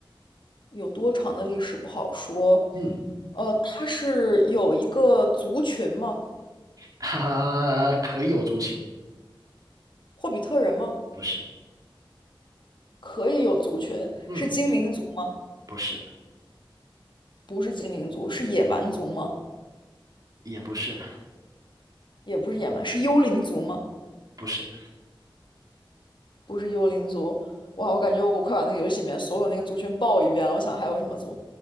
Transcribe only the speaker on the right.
嗯，
哈哈，可有族群？
不是，
嗯，
不是，
也不是，
不是，